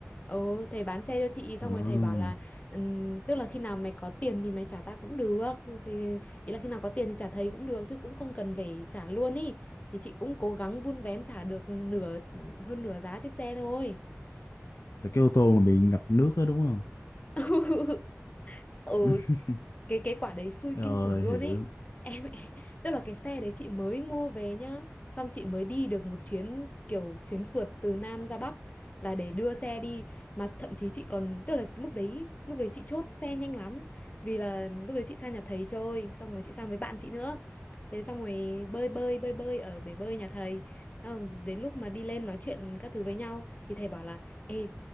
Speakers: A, on the left; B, on the left.
A: ừ thầy bán xe cho chị xong
B: à,
A: rồi thầy bảo là "Ừm, tức là khi nào mày có tiền thì mày trả ta cũng được thì ý là khi nào có tiền thì trả thầy cũng được chứ cũng không cần phải trả luôn ý thì chị cũng cố gắng vun vén trả được nửa hơn nửa giá chiếc xe thôi
B: là cái ô tô mà bị ngập nước đó đúng không
A: <laughs> ừ
B: <laughs>
A: cái cái quả đấy xui
B: rồi
A: kinh khủng luôn
B: hiểu
A: ấy em <laughs> tức là cái xe đấy chị mới mua về nhá xong chị mới đi được một chuyến kiểu chuyến phượt từ Nam ra Bắc là để đưa xe đi mà thậm chí chị còn tức là lúc đấy lúc đấy chị chốt xe nhanh lắm vì là lúc đấy chị sang nhà thầy chơi xong rồi chị sang với bạn chị nữa thế xong rồi bơi bơi bơi bơi ở bể bơi nhà thầy Xong rồi đến lúc mà đi lên nói chuyện các thứ với nhau thì thầy bảo là ê